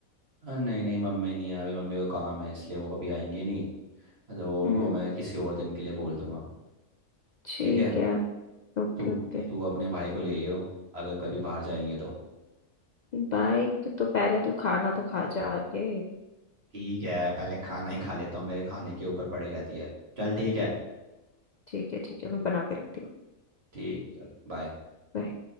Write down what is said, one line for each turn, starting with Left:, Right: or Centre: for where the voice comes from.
Right: अ, नहीं नहीं मम्मी नहीं है, अभी मम्मी को काम है इसलिए वो अभी आएंगे नहीं तो वो उनको
Left: हम्म
Right: मैं किसी और दिन के लिए बोल दूंगा
Left: ठीक
Right: ठीक है
Left: है Okay
Right: तू
Left: okay
Right: तू अपने भाई को ले आइयो अगर कभी बाहर जाएंगे तो
Left: बाइक तो पहले तू खाना तो खा जा के
Right: ठीक है पहले खाना ही खा लेता हूँ मेरे खाने के ऊपर पड़ी रहती है चल ठीक है
Left: ठीक है ठीक है मैं बना के रखती हूँ
Right: ठीक है चल बाय
Left: Bye.